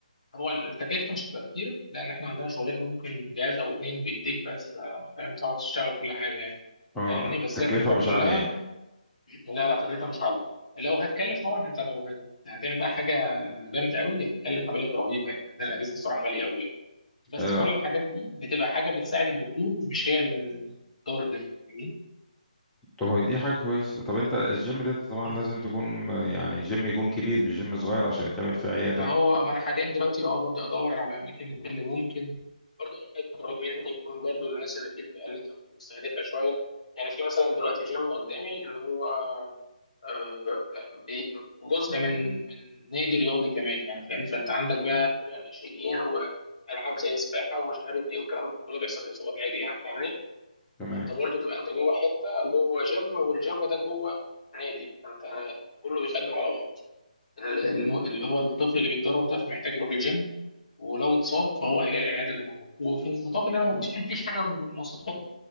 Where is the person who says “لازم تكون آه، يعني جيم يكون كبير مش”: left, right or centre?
Centre